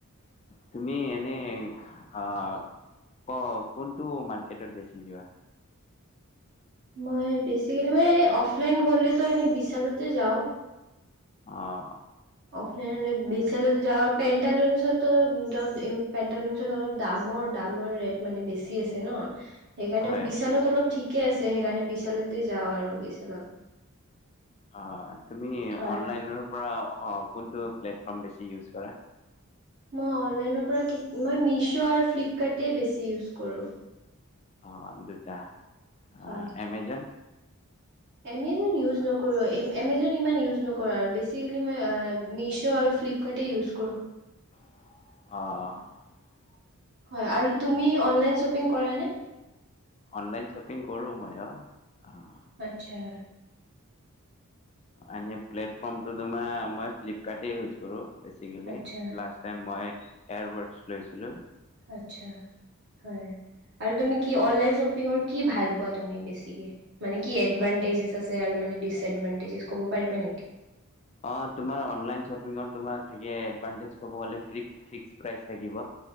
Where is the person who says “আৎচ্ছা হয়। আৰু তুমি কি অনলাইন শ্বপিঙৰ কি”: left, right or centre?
Right